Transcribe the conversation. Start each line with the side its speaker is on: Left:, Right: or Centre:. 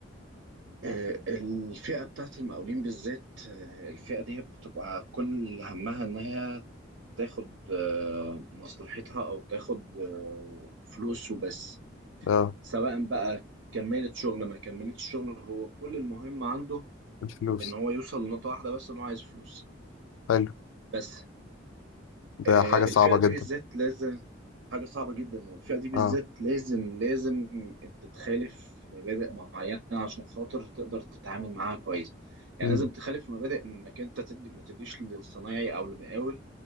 Right: آه، الفئه بتاعت المقاولين بالذات آه، الفئه دي بتبقى كل همها انها تاخد آه، مصلحتها او تاخد آه، فلوس وبس
Left: اه
Right: سواء بقى كملت شغل ما كملتش شغل هو كل المهم عنده
Left: الفلوس
Right: ان هو يوصل لنقطه واحده بس ان هو عايز فلوس
Left: حلو
Right: بس
Left: ده
Right: آه،
Left: حاجة صعبة
Right: الفئة دي
Left: جدا
Right: بالذات لازم حاجة صعبة جدا والفئة دي بالذات
Left: اه
Right: لازم لازم انت تخالف مبادئ معينة عشان خاطر تقدر تتعامل معاها كويس يعني
Left: مم.
Right: لازم تخالف مبادئ انك انت تدي ما تديش للصنايعي او المقاول